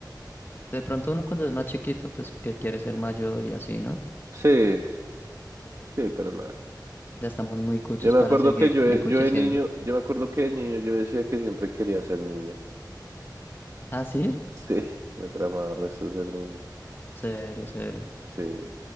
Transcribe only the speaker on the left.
De pronto uno cuando es más chiquito, pues que quiere ser mayor y así, ¿no?
Ya estamos muy cuchos
para
seguir
encucheciendo.
¿Ah, sí?
Cero, cero.